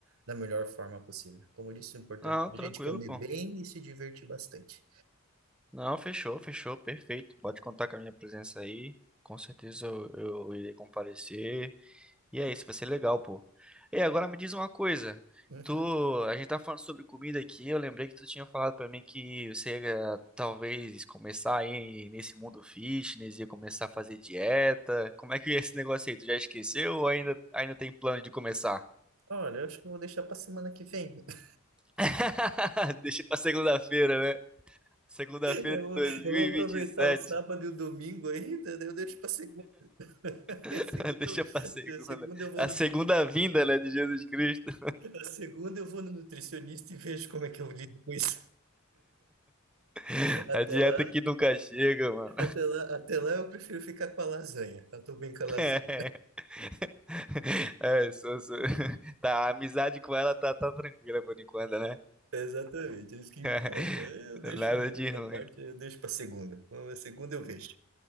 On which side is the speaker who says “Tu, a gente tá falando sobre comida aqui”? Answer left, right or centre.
Centre